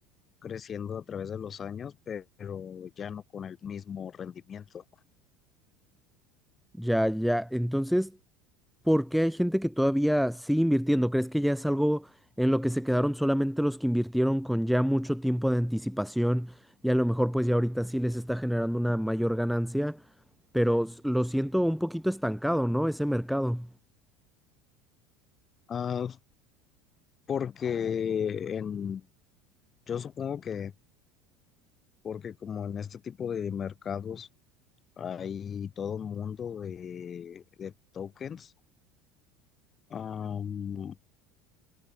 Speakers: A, on the left (about 30°); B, in the centre.
A: creciendo a través de los años, pero ya no con el mismo rendimiento.
B: Ya, ya. Entonces, ¿Por qué hay gente que todavía sigue invirtiendo? ¿Crees que ya es algo en lo que se quedaron solamente los que invirtieron con ya mucho tiempo de anticipación y a lo mejor pues ya ahorita sí les está generando una mayor ganancia? Pero s- lo siento un poquito estancado, ¿no? Ese mercado.
A: Ah, porque en, yo supongo que, porque como en este tipo de mercados hay todo un mundo de, de tokens, am,